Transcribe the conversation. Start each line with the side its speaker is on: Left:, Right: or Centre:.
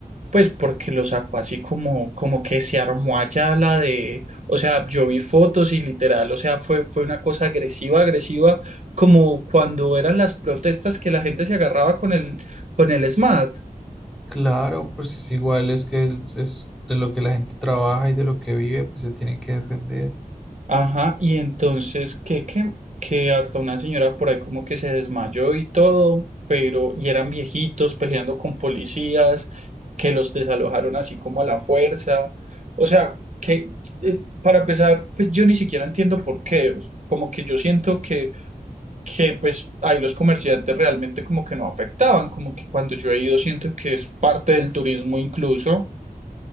Right: pues porque lo sacó así como, como que se armó allá la de, o sea, yo vi fotos y literal, o sea, fue, fue una cosa agresiva, agresiva, como cuando eran las protestas que la gente se agarraba con el, con el SMAT.
Centre: Claro, pues es igual, es que el- es de lo que la gente trabaja y de lo que vive, pues se tiene que defender.
Right: Ajá, y entonces que, que, que hasta una señora por ahí como que se desmayó y todo, pero y eran viejitos peleando con policías, que los desalojaron así como a la fuerza. O sea, que eh, para empezar, pues yo ni siquiera entiendo por qué. o s- Como que yo siento que, que pues ahí los comerciantes realmente como que no afectaban, como que cuando yo he ido siento que es parte del turismo incluso.